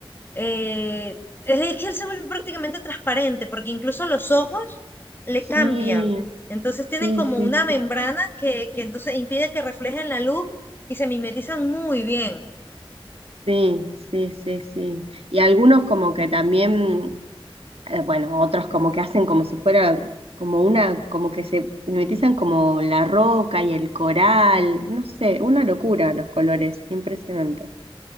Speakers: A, on the left; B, on the right.
A: eh, es es que él se vuelve prácticamente transparente, porque incluso los ojos le
B: Sí,
A: cambian. Entonces tienen
B: sí,
A: como
B: sí,
A: una membrana
B: sí,
A: que, que entonces impide que reflejen la luz y se mimetizan muy bien.
B: sí, sí, sí, sí. Y algunos como que también eh, bueno, otros como que hacen como si fuera, como una, como que se mimetizan como la roca y el coral, no sé, una locura los colores, impresionante.